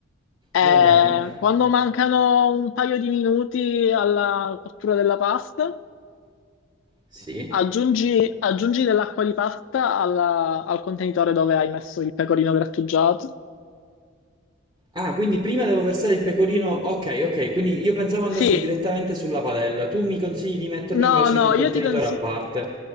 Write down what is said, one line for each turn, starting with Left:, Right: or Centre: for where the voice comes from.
Left: Eh,
Right: Va bene.
Left: quando mancano un paio di minuti alla cottura della pasta,
Right: Sì.
Left: aggiungi, aggiungi dell'acqua di pasta alla- al contenitore dove hai messo il pecorino grattugiato.
Right: Ah, quindi prima devo versare il pecorino. Ok, ok, quindi io pensavo andasse
Left: Sì,
Right: direttamente sulla padella. Tu mi consigli di metterlo
Left: No,
Right: invece
Left: no,
Right: in un contenitore
Left: io ti consiglio...
Right: a parte.